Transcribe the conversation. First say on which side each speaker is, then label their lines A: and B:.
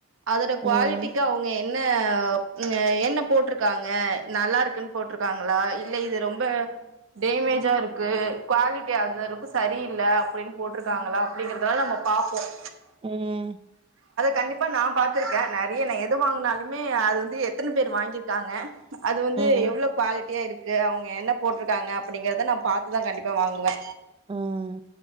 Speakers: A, on the right; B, on the right.
A: அதோட குவாலிட்டிக்கு
B: ம்.
A: அவங்க என் <unintelligible> என் என்ன போட்ருக்காங்க நல்லா இருக்குன்னு போட்ருக்காங்களா இல்ல இது ரொம்ப டேமேஜா இருக்கு குவாலிட்டி அது லுக்கு சரியில்ல அப்படின்னு போட்ருக்காங்களா அப்படிங்கறதலா நம்ம பார்ப்போம்
B: ம்
A: கண்டிப்பா நான் பாத்திருக்கேன் நிறைய நான் எது வாங்கினாலுமே அது வந்து எத்தனை பேர் வாங்கிருக்காங்க அது வந்து
B: ம்.
A: எவ்ளோ குவாலிட்டியா இருக் க்கு அவங்க என்ன போட்ருக்காங்க அப்படிங்கறத நான் பாத்துதான் கண்டிப்பா வாங்குவே
B: ம்ம்